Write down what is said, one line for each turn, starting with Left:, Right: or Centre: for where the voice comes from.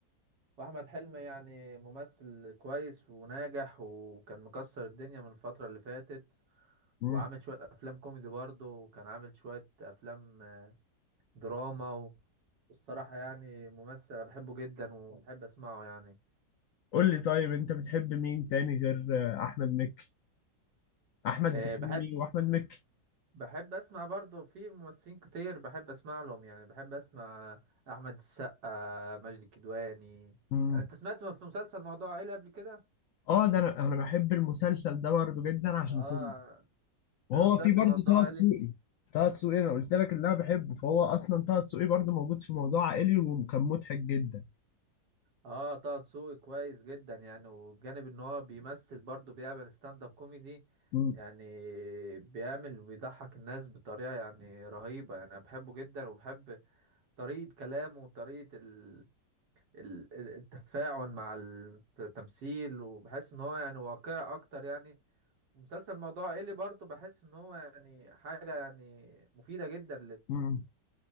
Right: واحمد حلمي يعني ممثل كويس وناجح وكان مكسر الدنيا من الفترة اللي فاتت
Left: مم.
Right: وعامل شوية افلام كوميدي برضه وكان عامل شوية افلام آه، دراما و... والصراحة يعني ممثل أنا بحبه جدا وبحب اسمعه يعني
Left: قول لي طيب أنت بتحب مين تاني غير آه، أحمد مكي احمد
Right: آه،
Left: حلمي
Right: بحب
Left: واحمد مكي
Right: بحب اسمع برضه في ممثلين كتير بحب اسمع لهم يعني بحب اسمع احمد السقا ماجد الكدواني
Left: مم.
Right: يعني انت سمعت في مسلسل موضوع عائلي قبل كده
Left: اه ده انا انا بحب المسلسل ده برضه جدا عشان
Right: اه
Left: كله وهو
Right: انا مسلسل
Left: في برضه
Right: موضوع
Left: طه
Right: عائلي
Left: دسوقي طه دسوقي انا قلت لك اللي انا بحبه فهو اصلا طه دسوقي برضه موجود في موضوع عائلي وكان مضحك جدا
Right: اه طه دسوقي كويس جدا يعني وجانب ان هو بيمثل برضه بيعمل ستاند اب كوميدي
Left: مم.
Right: يعني بيعمل وبيضحك الناس بطريقة يعني رهيبة يعني انا بحبه جدا وبحب طريقة كلامه وطريقة ال... ال... ال- التفاعل مع التمثيل وبحس ان هو يعني واقعي اكتر يعني ومسلسل موضوع ايه اللي برضه بحس ان هو يعني حاجة يعني مفيدة جدا
Left: مم.